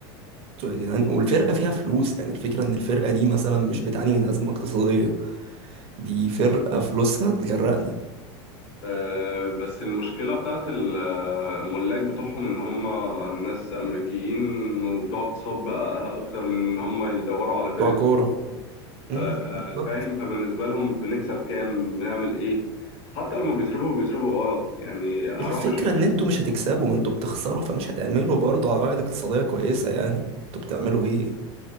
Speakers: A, on the right; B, on the left.
A: انتوا يا جدعان والفرقة فيها فلوس يعني الفكرة ان الفرقة دي مثلا مش بتعاني من أزمة اقتصادية دي فرقة فلوسها تجرقنا
B: آه، بس المشكلة بتاعت الملاك بتوعهم إن هم ناس أمريكيين وبتقعد تصب أكتر من إن هم يدوروا على فرقة
A: بتوع كورة
B: تفوق.
A: امم
B: آه،
A: بالظبط
B: آه، فاهم فبالنسبة لهم بنكسب كام بنعمل إيه حتى لما بيصرفوا بيصرفوا غلط يعني هروح
A: الفكرة
B: عشان
A: ان انتوا مش هتكسبوا ما انتوا بتخسروا فمش هتعملوا برضه عوائد اقتصادية كويسة يعني انتوا بتعملوا ايه